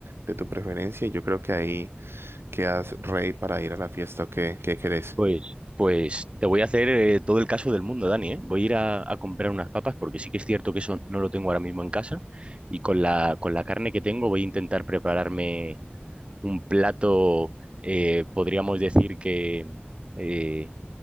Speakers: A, on the right; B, on the right.
A: de tu preferencia y yo creo que ahí ¿Qué Quedas rey para ir a la fiesta o qué, qué querés.
B: Pues, pues te voy a hacer eh, todo el caso del mundo, Dani, ¿eh? Voy a ir a, a comprar unas papas porque sí que es cierto que eso no lo tengo ahora mismo en casa y con la, con la carne que tengo voy a intentar prepararme un plato, eh, podríamos decir que, eh,